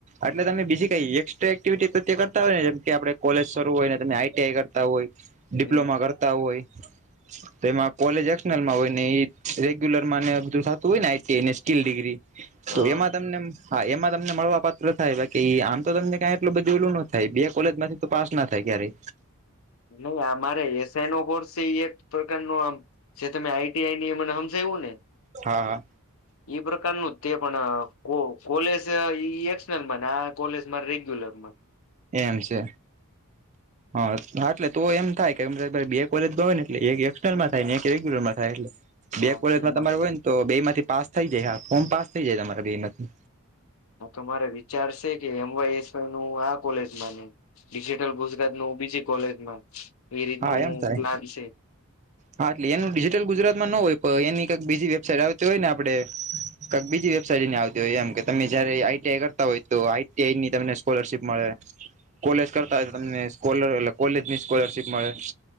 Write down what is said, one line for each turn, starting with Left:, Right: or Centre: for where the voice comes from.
Right: એટલે તમે બીજી કઈ એકક્સ્ટ્રા એક્ટિવિટી પ્રત્યે કરતા હોય જેમ કે આપડે કોલેજ શરૂ હોય ને તમે આઈટીઆઈ કરતા હોય ડિપ્લોમા
Left: હમ
Right: કરતા હોય તો એમાં કોલેજ એક્શનલમાં હોય ને એ રેગ્યુલરમાં ને બધુ થાતું હોય ને આઈટી ને સ્કિલ ડિગ્રી
Left: હા
Right: તો એમાં તમને. હા, એમાં તમને મળવા પાત્ર થાય. બાકી આમ તો તમને કાય એટલું બધું ઓલું ન થાય બે કોલેજમાંથી તો પાસ ના થાય ક્યારે.
Left: નઈ, આ મારે એસઆઈનો કોર્સ શે ઈ એક પ્રકારનો આમ જે તમે આઈટીઆઈની મને હમજાયવું ને
Right: હા.
Left: એ પ્રકારનું જ તે, પણ કો કોલેજ ઈ એક્સટર્નલમાં ને આ કોલેજ માર રેગ્યુલર. <unintelligible>
Right: એમ છે. હા, હા, એટલે તો એમ થાય કે બે કોલેજ હોય ને એટલે એક એક્સટર્નલમાં થાય ને એક રેગ્યુલરમાં થાય એટલે બે
Left: હા
Right: કોલેજમાં
Left: એમાં
Right: તમાર હોય ને તો બે માંથી પાસ થઈ જાય. હા, ફોર્મ પાસ થઈ જાય તમાર બે માંથી.
Left: હન, તો મારે વિચારશે કે એમવાયએસ નું આ કોલેજમાં ને ડિજિટલ ગુજરાતનું બીજી કોલેજમાં. એ રીતનું
Right: હા, એમ થાય.
Left: પ્લાન છે.
Right: હા, એટલે એનું ડિજિટલ ગુજરાતમાં ન હોય તો એની કઈક બીજી વેબસાઈટ આવતી હોય ન આપડે. કઈક બીજી વેબસઇટ એની આવતી હોય એમ કે તમે જયારે આઈટીઆઈ કરતા હોય તો આઈટીઆઈની તમને સ્કોલરશીપ મળે. કોલેજ કરતા હોય તો તમને કોલ અલે કોલેજની સ્કોલરશીપ મળે.